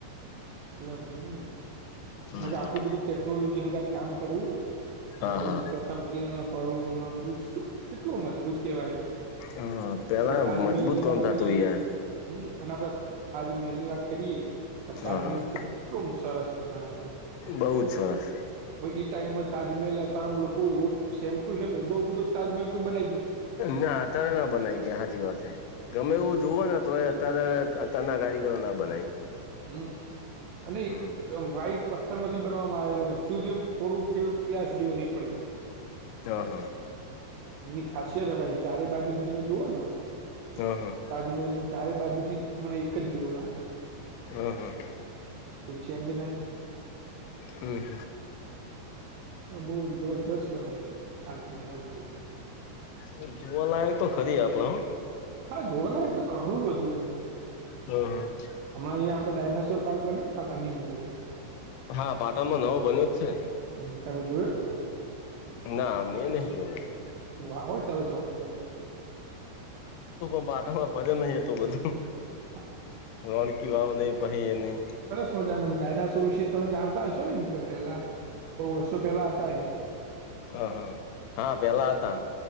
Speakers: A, on the right; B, on the left.
A: એટલે હમ
B: હમ
A: ના કે
B: હમ
A: આટલું બધું ટેકનોલોજી હંગાત કામ કરવું અને
B: હા
A: આવું
B: હા
A: પ્રથમ કિણ પડવુ બધું કેટલું મજબૂત કેવાય એમ
B: હા પેલા
A: આપણે તાજમહેલની
B: મજબૂત ગધાતું
A: વાત કરીએ
B: યાર
A: હમ અને આપડે તાજમહેલની વાત કરીએ તો
B: હા
A: તાજમહેલ
B: હા
A: કેટલો સરસ બનાયો
B: બઉ જ સરસ
A: હવે ઈ ટાઈમમાં તાજમહેલ તારમ લોકો એવો સેમ ટુ સેમ ઉભા ઉધો તાજમહેલ કોઈ બને
B: ના આતારે ના બનાય ગયા હ સાચી વાત છે, ગમે
A: હમ
B: એવું જુવ ને તોએ ત્યારે અતના કારીગરો ના બનાવી
A: હમ અને
B: હમ
A: એકદમ વાાઈટ પથ્થર માંથી બનવામાં આવેલું હોય જોધમ થોડું પેલુ પીલાસ જેવ ની પડે એમ
B: હ હ.
A: એની ખાસિયત હે ભાઈ ચારે બાજુ થી તમે જુઓ ને
B: હ હ.
A: તાજમહેલ ચારે બાજુથી મને એક જ જેવો લાગે
B: હા હા.
A: કોઈ ચેન્જ નય
B: હમ.
A: બોવ જબરજસ્ત બનાય્વુ કાચમહેલ ન તો
B: હ જોવાલાયક તો ખરી આપડે હ
A: હા જોવા લાયક તો ઘણું બધું એમ
B: હમ હ.
A: હમણાં અંયા આપડે ડાયનાસોર પાર્ક બન્યો પાટણની અંદર એ
B: આ પાટણમાં નવો બન્યો જ છે.
A: હમ તમે જોયો?
B: ના મે એ નહી જોયો હજુ
A: આવો તમે ચોક જુઓ
B: <unintelligible> <inaudible> ફરે નહી તો બધું
A: હા
B: રોનકી વાવ ને પહી એ ની
A: હ જાનમ ડાયનાસ વિશે તમે જાણતા હશો ને પેલા? બો વર્ષો પેલા હતા એમ
B: હ હા હા પેલા હતા